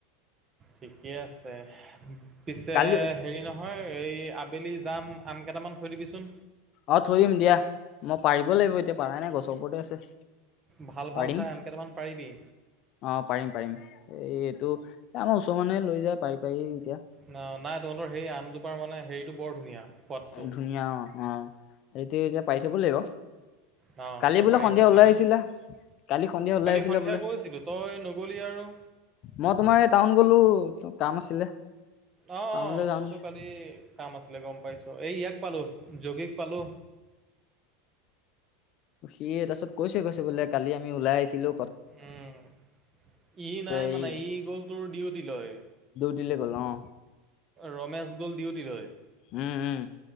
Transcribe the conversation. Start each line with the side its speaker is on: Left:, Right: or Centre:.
Right: ঠিকেই আছে। পিছে
Left: কালি
Right: হেৰি নহয় এই আবেলি যাম আম কেইটামান থৈ দিবিচোন
Left: অ থৰিম দিয়া মই পাৰিব লাগিব এতিয়া পাৰাই নাই গছৰ ওপৰতে আছে
Right: ভাল
Left: পাৰিম
Right: ভাল চাই আন কেইটামান পাৰিবি
Left: অ পাৰিম পাৰিম এই এইটো আমাৰ ওচৰ মানুহে লৈ যায় পাৰি পাৰি এতিয়া
Right: ন নাই তহঁতৰ হে আমজোপাৰ মানে হেৰিতটো বৰ ধুনীয়া সোৱাদটো
Left: ধুনীয়া অ অ সতিয়া এতিয়া পাৰি থব লাগিব
Right: ন
Left: কালি
Right: তই
Left: বোলে
Right: পাৰতকৈ
Left: সন্ধিয়া ওলাই
Right: দিবি
Left: আহিছিলা কালি সন্ধিয়া ওলাই
Right: কালি
Left: আহিছিলা
Right: সন্ধিয়া
Left: বোলে
Right: গৈছিলো তই নগলি আৰু
Left: মই তোমাৰ এই টাউন গলো কাম আছিলে
Right: অ
Left: টাউনলৈ
Right: অ
Left: যাওঁ
Right: তোৰতো কালি কাম আছিলে গম পাইছ এই ইয়াক পালো জোগীক পালো
Left: সি তাৰাছতৈছে কৈছে বোলে কালি আমি ওলাইিছিলো
Right: উম ই নাই
Left: এই
Right: মানে ই গ'লটোৰ ডিউটি লয়
Left: লৈ গ'লোঁ
Right: ৰমেশ গ'ল ডিউটিলৈ
Left: উম উম